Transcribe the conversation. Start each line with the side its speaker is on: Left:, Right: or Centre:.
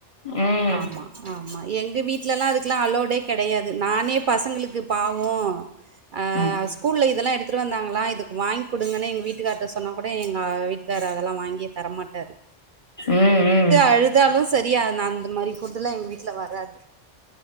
Left: ம்
Right: ஆமா ஆமா எங்க வீட்ல எல்லாம் அதுக்கெல்லாம் அளோடே கெடையாது நானே பசங்களுக்கு பாவோம் ஆஹ்
Left: ம்
Right: ஸ்கூல்ல இதெல்லாம் எ எடுத்துட்டு வந்தாங்களா இதுக்கு வாங்கி குடுங்க எங்வீட்டு வீட்டுக்கார்ட்ட சொன்னா கூட எங்க வீட்டுக்கார் அதெல்லாம் வாங்கியே தரமாட்டாரு
Left: ம் ம்
Right: அழுதாலும் சரி நான் அந்த மாரி ஃபுட்டு எல்லாம் எங்க வீட்ல வராது